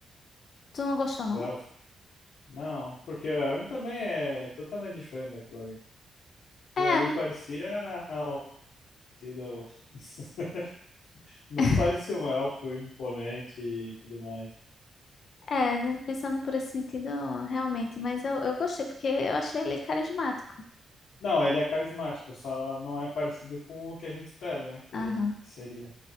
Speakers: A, on the left (about 50°); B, on the left (about 80°).
A: Tu não gostou, não?
B: o elfo. Não, porque o Arun também é totalmente diferente daquilo ali.
A: É,
B: Ele ali parecia um- sido- <laughs> não
A: <laughs>
B: parecia um elfo imponente e tudo mais.
A: é, né, pensando por esse sentido, realmente, mas eu, eu gostei porque eu achei ele carismático.
B: Não, ele é carismático, só não é parecido com o que a gente espera, né? Que
A: Aham,
B: seria.